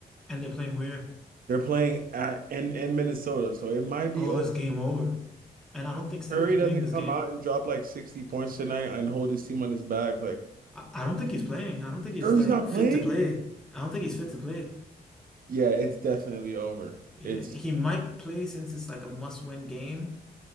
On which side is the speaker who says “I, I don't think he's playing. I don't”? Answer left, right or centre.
Centre